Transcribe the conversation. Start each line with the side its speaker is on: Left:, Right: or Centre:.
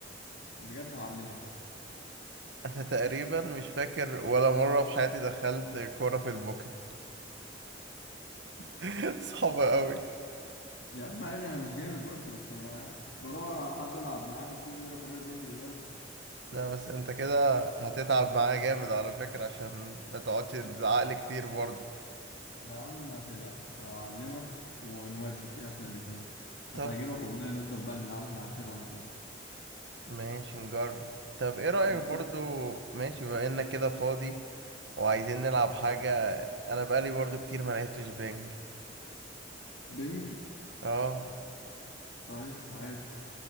Left: بجد هعلمك يا اسطى
Right: انا تقريبا مش فاكر ولا مره في حياتي دخلت كوره في البوكت <laughs> صعبه قوي
Left: يا عم عادي انا مش جامد برضو بس يعني انا بدور على حد العب معاه مفيش غيرك قريب مني دلوقتي
Right: لا بس انت كده هتتعب معايا جامد على فكره عشان ما تقعدش تزعقلي كتير برضو
Left: يا عم ما تقلقش هعلمك ونودي فيها احنا الاتنين
Right: طب
Left: هتعجبك والله هنفضل بقى نلعبها بعد كده على طول
Right: ماشي نجرب طب ايه رايك
Left: ماشي
Right: برضو ماشي بما انك كده فاضي وعايزين نلعب حاجه انا بقالي برضو كتير ما لعبتش بينج
Left: بنج
Right: اه
Left: طيب عادي